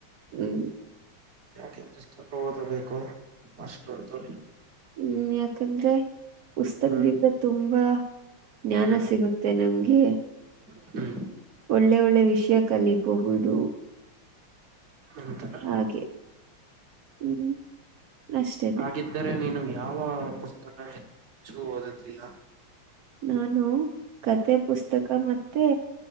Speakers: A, on the right (about 70°); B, on the right (about 40°).
A: ಹ್ಮ್.
B: ಯಾಕೆ ಪುಸ್ತಕ ಓದಬೇಕು ಅಷ್ಟೊತ್ತು.
A: ಹ್ಮ್ ಯಾಕಂದ್ರೆ ಪುಸ್ತಕದಿಂದ
B: ಹ್ಮ್
A: ತುಂಬಾ ಜ್ಞಾನ
B: ಹ್ಮ್
A: ಸಿಗುತ್ತೆ ನಮ್ಗೆ.
B: ಹ್ಮ್
A: ಒಳ್ಳೆ ಒಳ್ಳೆ ವಿಷಯ ಕಲಿಬಹುದು.
B: ನಂತರ
A: ಹಾಗೆ ಹ್ಮ್ ಅಷ್ಟೇ.
B: ಗಿದ್ದರೆ ನೀನು ಯಾವ ಪುಸ್ತಕ ಹೆಚ್ಚು ಓದುತ್ತಿಯಾ.
A: ನಾನು ಕತೆೆ ಪುಸ್ತಕ ಮತ್ತೆ